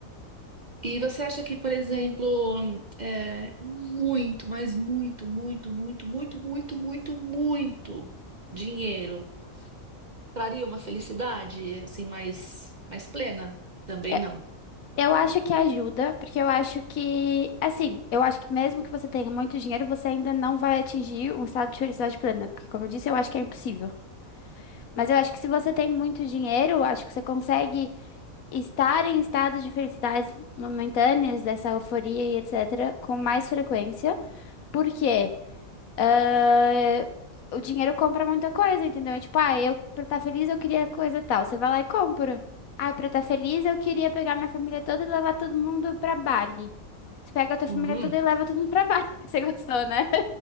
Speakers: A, on the right (about 45°); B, on the left (about 75°).
A: E você acha que, por exemplo, é, muito, mas muito, muito, muito, muito, muito, muito, muito dinheiro traria uma felicidade assim mais, mais plena? Também
B: Eu,
A: não.
B: eu acho que ajuda, porque eu acho que, assim, eu acho que mesmo que você tenha muito dinheiro, você ainda não vai atingir um estado de felicidade plena, porque, como eu disse, eu acho que é impossível. Mas eu acho que se você tem muito dinheiro, eu acho que você consegue estar em estados de felicidades momentâneas, dessa euforia e etc., com mais frequência, porque ah, o dinheiro compra muita coisa, entendeu? É Tipo, ah, eu pra estar feliz eu queria coisa tal. Você vai lá e compra. Ah, pra estar feliz eu queria pegar minha família toda e levar todo mundo pra Bali. Tu pega a tua
A: Hum,
B: família toda e leva todo mundo pra Bali. <laughs> Você gostou, né?